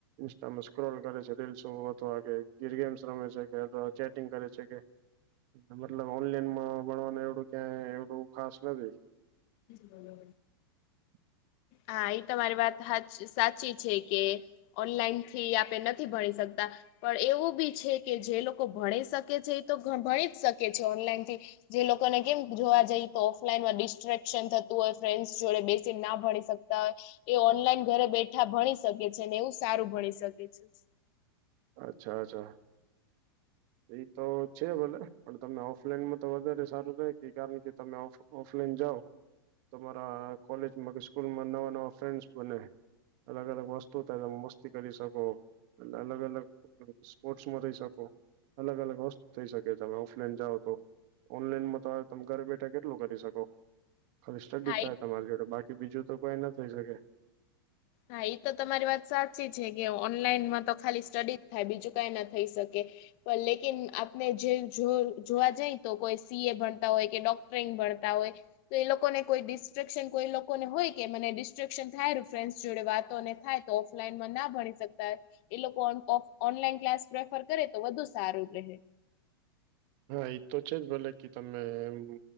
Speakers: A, on the right; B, on the left.
A: ઇન્સ્ટામાં સ્ક્રોલ કરે છે રીલ્સો અથવા કે ગીર ગેમ્સ રમે છે કે અથવા ચેટિંગ કરે છે કે મતલબ ઓનલાઈનમાં ભણવાનું એવડું ક્યાંય એવડું ખાસ નથી.
B: બોલો.
A: <inaudible>
B: હા એ તમારી વાત હાચ સાચી છે કે ઓનલાઈનથી આપે નથી ભણી શકતા પણ એવું બી છે કે જે લોકો ભણી શકે છે એ તો ભણી જ શકે છે ઓનલાઈન થી જે લોકોને કેમ જોવા જઈએ તો ઓફલાઈન માં ડિસ્ટક થતું હોય ફ્રેન્ડ જોડે બેસીને ના ભણી શકતા હોય એ ઓનલાઈન ઘરે બેઠા ભણી શકે છે ને એવું સારું ભણી શકે છે
A: અચ્છા અચ્છા એ તો છે ભલે પણ તમને ઓફલાઈનમાં તો વધારે સારું થ તે કારણ કે તમેફ ઓફલાઈન જાઓ તમારા કોલેજમાં સ્કૂલમાં નવા નવા ફ્રેન્ડ બને અલગ અલગ વસ્તુ ત તમે મસ્તી કરી શકો અને અલગ અલગ સ્પોર્ટ્સમાં થઇ શકો અલગ અલગ વસ્તુ થઈ શકે તમે ઓફલાઈન જાઓ ઓનલાઈન માં તો તમે ઘરે બેઠા કેટલું કરી શકો ખાલી સ્ટડી
B: હા
A: થાય
B: એ
A: તમારી જોડે બાકી બીજું તો કોઈ ના થઈ શકે
B: હા એ તો તમારી વાત સાચી છે કે ઓનલાઈનમાં તો ખાલી સ્ટડી થાય બીજું કઈ ના થઈ શકે પણ લેકિન આપને જે જોવા જાય તો કોઈ સી એ ભણતા હોય કે ડોક્ટરિંગ ભણતા હોય તો એ લોકો ને કોઈ ડિસ્ટ્રેક્શન કોઈ એ લોકોને હોય કે મને ડિસ્ટ્રેક્શન થાયું ફ્રેન્ડ જોડે વાતોને થાય તો ઓફલાઈનમાં ના ભણી શકતા એ લોકો ઓનલાઈન ક્લાસ પ્રેફર કરે તો વધુ સારું રહે
A: હા એ તો છે જ ભલે કે તમે એમ